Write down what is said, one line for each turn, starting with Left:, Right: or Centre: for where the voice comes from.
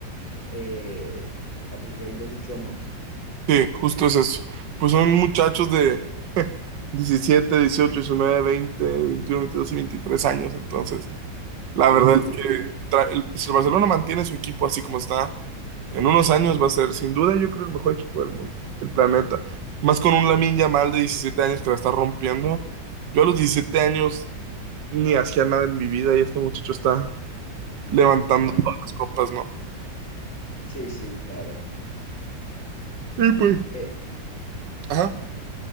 Left: eh, aprendiendo mucho más.
Right: Sí, justo es eso. Pues son muchachos de <laughs> 17, 18, 19, 20, 21, 22 y 23 años, entonces. La
Left: Sí,
Right: verdad
Left: sí,
Right: es que tra- el- si el Barcelona mantiene su equipo así como está, en unos años va a ser sin duda yo creo el mejor equipo del mundo, del planeta. Más con un Lamine Yamal de 17 años que la está rompiendo. Yo a los 17 años ni hacía nada en mi vida y este muchacho está levantando
Left: <laughs>
Right: todas las copas, ¿no?
Left: sí, sí, claro.
Right: Y pues,
Left: Eh,
Right: ajá.